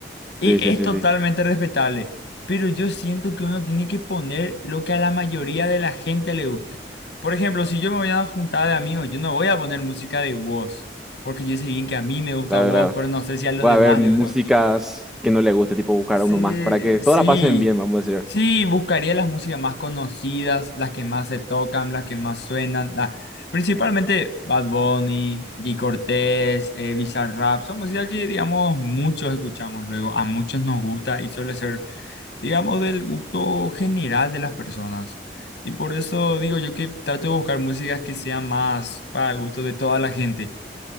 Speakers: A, on the left; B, in the centre.
A: Y
B: Sí, sí,
A: es
B: sí,
A: totalmente
B: sí.
A: respetable, pero yo siento que uno tiene que poner lo que a la mayoría de la gente le guste. Por ejemplo, si yo me voy a una juntada de amigos, yo no voy a poner música de Wos, porque yo sé bien que a mí me gusta
B: Claro,
A: Wos,
B: claro.
A: pero no sé si a los
B: Va
A: demás
B: a haber músicas
A: les gusta.
B: que no le guste, tipo buscar
A: Sí,
B: a uno más, para que todas
A: sí,
B: la pasen bien, vamos a decir.
A: sí, buscaría las músicas más conocidas, las que más se tocan, las que más suenan, la- principalmente Bad Bunny, G. Cortés, eh, Bizarrap, son músicas que, digamos, muchos escuchamos luego, a muchos nos gusta y suele ser, digamos, del gusto general de las personas. Y por eso digo yo que trato de buscar músicas que sean más para el gusto de toda la gente.